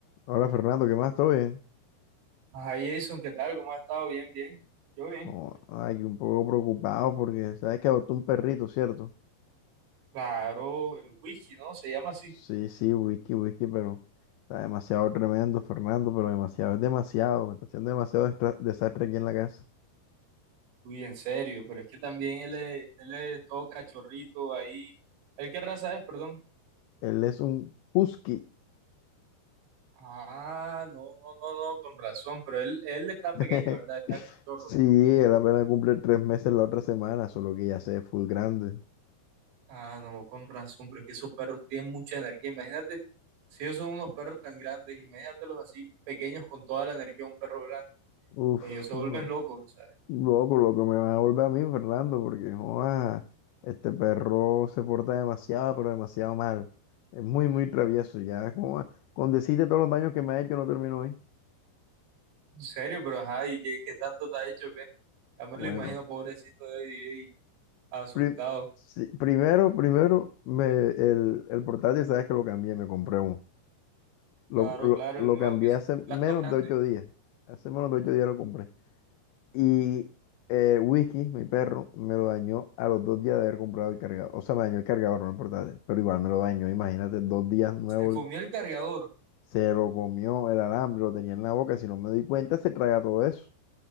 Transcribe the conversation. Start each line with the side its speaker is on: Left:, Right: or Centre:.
Left: Hola Fernando, ¿qué más? ¿Todo bien?
Right: Ajá, Jason, ¿qué tal? ¿Cómo has estado? Bien, bien. Yo bien.
Left: Oh, ay, un poco preocupado porque sabes que adoptó un perrito, ¿cierto?
Right: Claro, el whisky, ¿no? Se llama así.
Left: Sí, sí, whisky, whisky, pero está demasiado tremendo, Fernando, pero demasiado, es demasiado, me está haciendo demasiado destra- desastre aquí en la casa.
Right: Uy, en serio, pero es que también él es, él es todo cachorrito ahí. ¿Él qué raza es, perdón?
Left: Él es un husky.
Right: Ah, no, no, no, no, con razón, pero él, él está
Left: <laughs>
Right: pequeño, ¿verdad? Está cachorro.
Left: Sí, él apenas cumple tres meses la otra semana, solo que ya se ve full grande.
Right: Ah, no, con razón, pero es que esos perros tienen mucha energía. Imagínate, si ellos son unos perros tan grandes, imagínatelos así, pequeños con toda la energía de un perro grande.
Left: Uf,
Right: Ellos se
Left: no.
Right: vuelven locos, o sea.
Left: Loco, lo que me va a volver a mí, Fernando, porque joa, este perro se porta demasiado, pero demasiado mal. Es muy, muy travieso. Ya, joa, con decirte todos los daños que me ha hecho, no termino hoy.
Right: En serio, pero ajá, ¿y qué, qué tanto te ha hecho que? Ya me
Left: Bueno,
Right: lo imagino, pobrecito de DJ, asustado.
Left: pri- sí, primero, primero, me, el, el portátil, sabes que lo cambié, me compré uno. Lo,
Right: Claro,
Left: lo,
Right: claro,
Left: lo
Right: no,
Left: cambié
Right: que eso
Left: hace
Right: fue
Left: menos
Right: un gasto grande.
Left: de ocho días. Hace menos de ocho días lo compré. Y el whisky, mi perro, me lo dañó a los dos días de haber comprado el cargador. O sea, me dañó el cargador, no el portátil, pero igual me lo dañó. Imagínate, dos días nuevo,
Right: Se comió
Left: el-
Right: el cargador.
Left: se lo comió el alambre, lo tenía en la boca. Si no me doy cuenta, se traga todo eso.